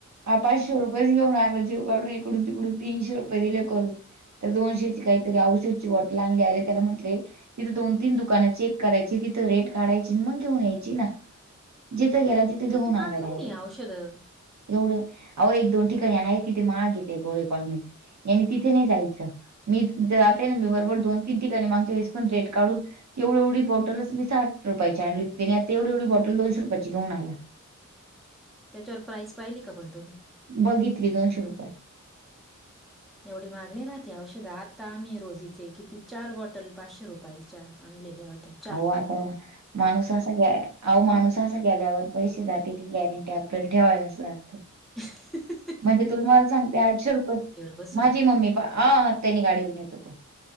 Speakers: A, on the right (about 65°); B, in the centre.
A: पाचशे रुपयेच घेऊन आलो जीव काढून तिकडून तीनशे रुपये दिले करून. तर दोनशेची काहीतरी औषधची बॉटल आणली आहे त्याला म्हटले इथ दोन तीन दुकान आहेत. चेक करायची तिथ रेट काढाय म घेऊन यायची ना जिथं गेलाथ. ते
B: एवढी
A: घेऊन आला
B: महाग
A: डायरेक्ट.
B: नाहीये औषधं.
A: एवढं, अहो एक दोन ठिकाणी आहे तिथे माहाग येते गोळे कॉलनीत. यांनी तिथे नाही जायचं मी जाते ना मी बरोबर दोन तीन ठिकाणी मागच्या वेळेस पण रेट काढून ऐवढी एवढी बटलच मी साठ रुपयाची आणली त्यानी आता एवढी‌‌ एवढी बॉटल दोनशे रुपयाची घेऊन आला
B: त्याच्यावर प्राईस पाहिली का पण तुम्ही?
A: बघितली दोनशे रुपये.
B: एवढी महाग नाही राहते औषध आता आम्ही रोजीचे किती चार बॉटल पाचशे रुपयाच्या आणलेल्या होत्यातं
A: हो आता माणूस असं ग अव माणूस असं गेल्यावर पैसे जातील ही गॅरंटी आपल्याला ठेवायलाच लागतं
B: ह.
A: म्हणजे तुला मला सांगते आठशे रुपये,
B: बसून?
A: माझी मम्मी आं त्यांनी गाडीऊन येत होतं